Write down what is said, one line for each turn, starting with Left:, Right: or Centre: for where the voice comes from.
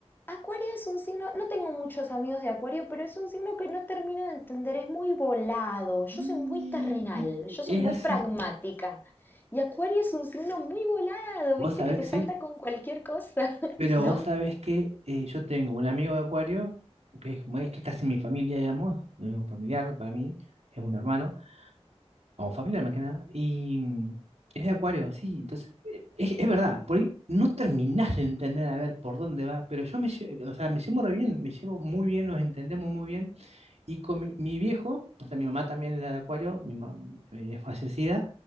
Left: Acuario es un signo, no tengo muchos amigos de Acuario, pero es un signo que no termino de entender, es muy volado, yo
Right: Y
Left: soy muy terrenal, yo
Right: es
Left: soy muy
Right: así,
Left: pragmática. Y Acuario es un signo muy volado,
Right: vos
Left: viste,
Right: sabés
Left: que te
Right: que
Left: salta
Right: sí,
Left: con cualquier cosa, <laughs>
Right: pero
Left: ¿no?
Right: vos sabés que eh, yo tengo un amigo de acuario, que es, muy- que es casi mi familia, digamos, es un familiar para mí, es un hermano, o familiar más que nada, y mm, eres de Acuario, sí, entonces, eh, es, es verdad, por ahí no terminás de entender a ver por dónde va, pero yo me, lle- o sea, me llevo re bien, me llevo muy bien, nos entendemos muy bien, y con mi, mi viejo, o sea, mi mamá también era de Acuario, mi mamá es fallecida,